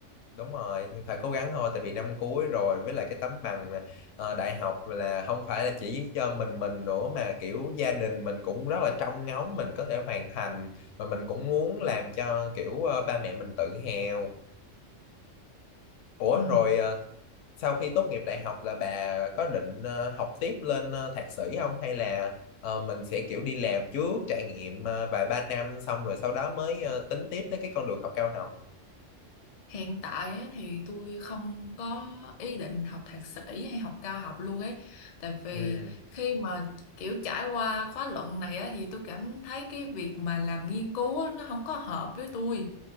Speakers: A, on the left (about 75°); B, on the left (about 55°).
A: đúng rồi thì phải cố gắng thôi tại vì năm cuối rồi với lại cái tấm bằng ờ, đại học là không phải là chỉ cho mình mình nữa mà kiểu gia đình mình cũng rất là trông ngóng mình có thể hoàn thành và mình cũng muốn làm cho kiểu ờ, ba mẹ mình tự hào ủa
B: ừ
A: rồi ờ, sau khi tốt nghiệp đại học là bà có định ờ, học tiếp lên ờ, thạc sĩ không hay là ờ, mình sẽ kiểu đi làm trước trải nghiệm ờ, vài ba năm xong rồi sau đó mới ờ, tính tiếp tới cái con đường học cao học
B: hiện tại ấy, thì tôi không có ý định học thạc sĩ hay học cao học luôn ấy tại vì
A: ừ
B: khi mà kiểu trải qua khóa luận này á thì tôi cảm thấy cái việc mà làm nghiên cứu á, nó không có hợp với tôi